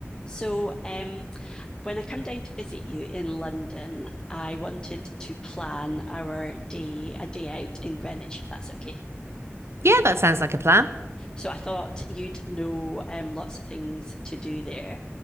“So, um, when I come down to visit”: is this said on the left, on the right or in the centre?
Left